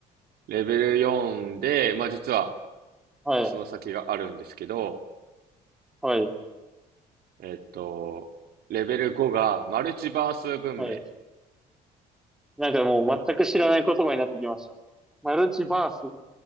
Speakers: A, on the right; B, in the centre.
A: レベル4で、まあ実は
B: はい。
A: その先があるんですけど、
B: はい。
A: えっと、レベル5がマルチバース文明。
B: はい。なんかもう全く知らない言葉になってきました。マルチバース。